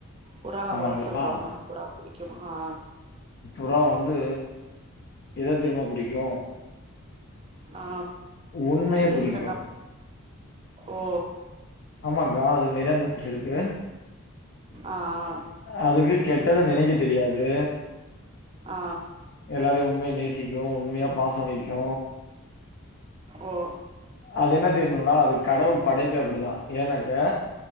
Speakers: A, on the right; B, on the left.
A: புறா
B: ஆமாங்களா
A: வளத்துருக்கோ அதனால புறா புடிக்கு ஆ
B: புறா வந்து எவ்ளோ தெரிமா புடிக்கு
A: ஆ
B: உண்மைய
A: எது
B: குறிக்கு
A: இல்னா ஓ
B: ஆமாங்கா அதுக்கு நெறைய மித்ஸ் இருக்கு
A: ஆ ஆ
B: அதுக்கு கெட்டத நெனைக்க தெரியாது
A: ஆ
B: எல்லாரையும் உண்மைய நேசிக்கு உண்மையா பாசோ வெக்கு
A: ஓ
B: அது என்ன தெர்னுங்கலா அது கடவுள் படைப்பே அப்படிதா ஏன்னாக்க